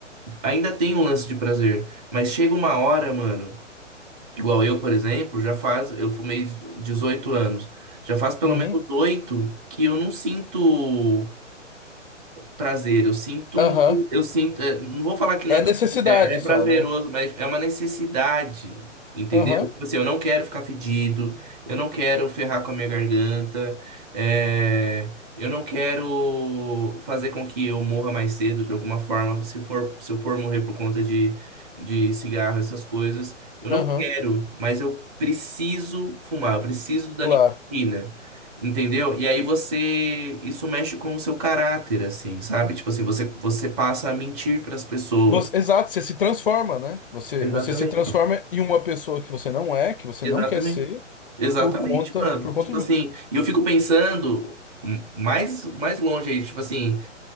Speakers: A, on the right (about 30°); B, on the left (about 45°).
A: ainda tem um lance de prazer. Mas chega uma hora, mano, igual eu, por exemplo, já faz, eu fumei 18 anos, já faz pelo
B: Uhum.
A: menos 8 que eu não sinto prazer. Eu sinto,
B: Aham.
A: eu sinto, é, não vou falar que não
B: É
A: é prazer,
B: necessidade
A: é é prazeroso,
B: só, né?
A: mas é uma necessidade, entendeu?
B: Aham.
A: Tipo assim, eu não quero ficar fedido, eu não quero ferrar com a minha garganta, é, eu não quero fazer com que eu morra mais cedo de alguma forma, se for, se eu for morrer por conta de, de cigarro, essas coisas. Eu
B: Aham.
A: não quero, mas eu preciso fumar, eu preciso da
B: Claro.
A: nicotina. Entendeu? E aí você, isso mexe com o seu caráter, assim, sabe? Tipo assim, você, você passa a mentir para as pessoas.
B: Você, exato, você se transforma, né? Você,
A: Exatamente.
B: você se transforma em uma pessoa que você não é, que você
A: Exatamente.
B: não quer ser,
A: Exatamente,
B: por conta,
A: mano.
B: por conta
A: Tipo
B: de.
A: assim, e eu fico pensando hum, mais mais longe aí, tipo assim,